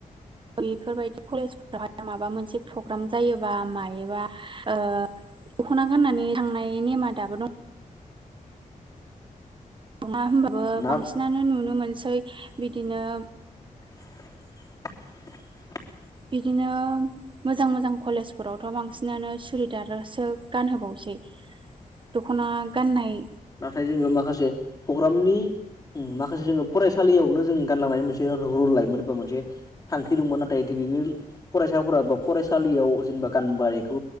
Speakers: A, on the right; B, on the left.
A: बेफोरबायदि कलेजफोरावहाय माबा मोनसे प्रग्राम जायोबा मायोबा ओ। दख'ना गाननानै थांनाय नेमा दाबो दं। <unintelligible> होमबाबो
B: ना
A: बांसिनानो नुनो मोनसै बिदिनो।
B: <inaudible>
A: बिदिनो मोजां-मोजां कलेजफोरावथ' बांसिनानो सुरिदारासो गानहोबावसै। दखना गाननाय।
B: नाथाय जोङो माखासे प्रग्रामनि। माखासे जोङो फरायसालियावनो जों गानलांनाय मोनसे रल लायोमोन बा मोनसे थांखि दंमोन नाथाय। दिनैनि फरायसाफोरा बा फरायसालियाव जेनेबा गानबायखौ